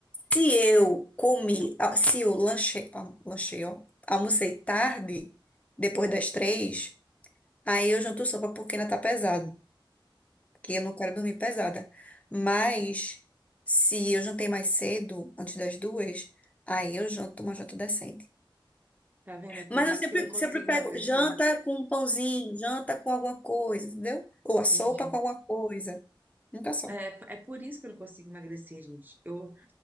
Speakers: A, on the left (about 15°); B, on the right (about 20°).
A: Se eu comi, ah, se eu lanchei, ah, lanchei, ó, almocei tarde, depois das três, aí eu janto sopa porque ainda tá pesado. que eu não quero dormir pesada. Mas se eu jantei mais cedo, antes das duas, aí eu janto uma janta decente.
B: Tá vendo? É por
A: Mas
B: isso
A: eu sempre,
B: que eu não consigo
A: sempre pego
B: emagrecer.
A: janta com um pãozinho, janta com alguma coisa, entendeu? Ou a sopa
B: Entendi.
A: com alguma coisa. Nunca só.
B: É, é por isso que eu não consigo emagrecer, gente. Eu,